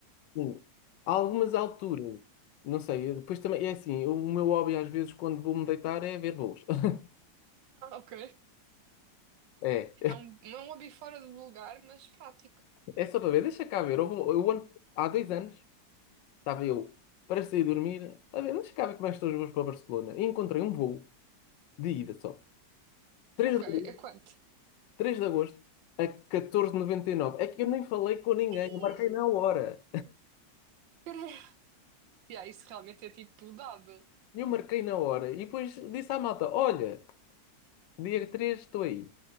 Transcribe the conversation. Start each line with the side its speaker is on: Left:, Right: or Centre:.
Left: Sim, há algumas alturas, não sei, eu depois também, é assim, eu- o meu hobby às vezes quando vou-me deitar é ver voos. <laughs>
Right: Ah, ok.
Left: É,
Right: É um, é um hobby fora do lugar, mas prático.
Left: é só para ver, deixa cá ver. Houve um- Eu, ano- há dois anos estava eu para sair dormir, a ver, deixa cá ver como é que estão os voos para Barcelona. E encontrei um voo de ida só. 3
Right: Ok,
Left: de,
Right: é
Left: agosto-
Right: quanto?
Left: 3 de agosto a catorze e noventa e nove É que eu nem falei com ninguém,
Right: Ih,
Left: eu marquei
Right: <laughs>
Left: na hora.
Right: caralho. Yeah, isso realmente é tipo dado.
Left: Eu marquei na hora e depois disse à malta: Olha, dia 3 estou aí,